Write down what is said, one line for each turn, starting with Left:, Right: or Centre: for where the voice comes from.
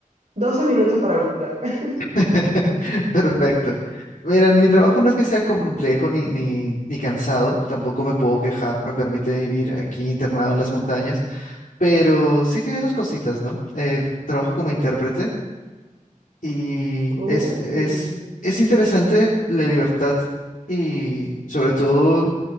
Right: doce minutos para hablar. <laughs>
Left: <laughs> Perfecto. Mira, mi trabajo no es que sea complejo ni, ni, ni cansado, tampoco me puedo quejar, me permite vivir aquí internado en las montañas, pero sí tiene sus cositas, ¿no? Eh, trabajo como intérprete y
Right: Uh,
Left: es, es, es interesante la libertad y sobre todo